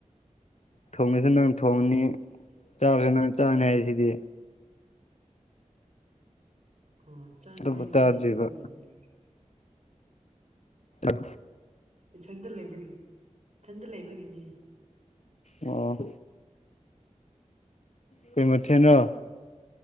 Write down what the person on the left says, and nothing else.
ꯊꯣꯡꯉꯁꯨ ꯅꯪ ꯊꯣꯡꯅꯤ ꯆꯥꯕꯁꯨ ꯅꯪ ꯆꯥꯅꯤ ꯍꯥꯏꯁꯤꯗꯤ
ꯑꯇꯣꯞꯄ
ꯆꯥꯗ꯭ꯔꯤꯕ
ꯇꯝ
ꯑꯣ ꯀꯩ ꯃꯊꯦꯟ ꯅꯣ